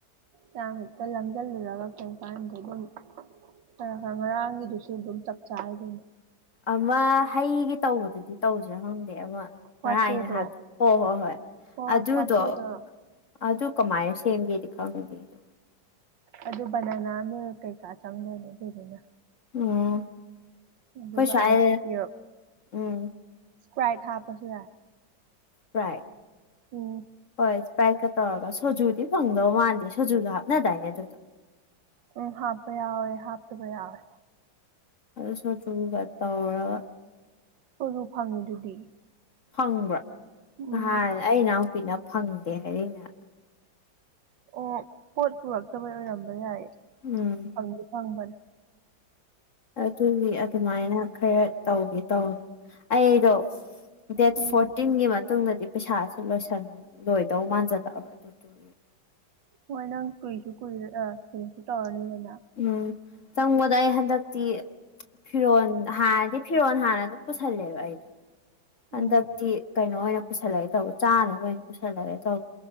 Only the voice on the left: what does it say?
ꯑꯃ ꯍꯩꯒꯤ ꯇꯧꯕꯗꯨꯗꯤ ꯇꯧꯁ꯭ꯔꯥ ꯈꯪꯗꯦ ꯑꯃ ꯉꯔꯥꯡ
ꯑꯩꯅ ꯍꯥꯏ ꯍꯣ ꯍꯣꯏ ꯍꯣꯏ
ꯑꯗꯨꯗꯣ
ꯑꯗꯨ ꯀꯃꯥꯏꯅ ꯁꯦꯝꯒꯦꯗꯤ ꯈꯪꯗꯦꯗꯣ
ꯎꯝ
ꯈꯣꯏ ꯁꯋ꯭ꯥꯏꯗ
ꯎꯝ
ꯁꯄ꯭ꯔꯥꯏꯠ
ꯍꯣꯏ ꯏꯁꯄ꯭ꯔꯥꯏꯠꯀ ꯇꯧꯔꯒ ꯁꯣꯖꯨꯗꯤ ꯐꯪꯗꯧ ꯃꯥꯟꯗꯦ ꯁꯣꯖꯨꯗꯣ ꯍꯥꯞꯅꯗꯥꯏꯅꯦ ꯑꯗꯨꯗꯣ
ꯑꯗꯨ ꯁꯣꯆꯨꯒ ꯇꯧꯔꯒ
ꯐꯪꯕ꯭ꯔꯥ
ꯅꯍꯥꯟ ꯑꯩ ꯏꯅꯥꯎꯄꯤꯅ ꯐꯪꯗꯦ ꯍꯥꯏꯔꯛꯏꯅꯦ ꯍꯥꯏ
ꯎꯝ
ꯑꯗꯨꯒꯤ ꯑꯗꯨꯃꯥꯏꯅ ꯈꯔ ꯇꯧꯒꯦ ꯇꯧꯅꯤ ꯑꯩꯗꯣ ꯗꯦꯠ
ꯐꯣꯔꯇꯤꯟꯒꯤ ꯃꯇꯨꯡꯗꯗꯤ ꯄꯩꯁꯥꯥꯁꯨ ꯂꯣꯏꯁꯟ ꯂꯣꯏꯗꯧ ꯃꯥꯟꯖꯜꯂꯛꯑꯕ ꯑꯗꯨꯗꯨꯒꯤ
ꯎꯝ ꯆꯪꯕꯗ ꯑꯩ ꯍꯟꯗꯛꯇꯤ ꯐꯤꯔꯣꯟ ꯍꯥꯟꯅꯗꯤ ꯐꯤꯔꯣꯟ ꯍꯥꯟꯅ ꯑꯗꯨꯝ ꯄꯨꯁꯜꯂꯦꯕ ꯑꯩꯗꯣ ꯍꯟꯗꯛꯇꯤ
ꯀꯩꯅꯣ ꯑꯣꯏꯅ ꯄꯨꯁꯜꯂꯒꯦ ꯇꯧ ꯆꯥꯅꯕ ꯑꯣꯏꯅ ꯄꯨꯁꯜꯂꯒꯦ ꯇꯧ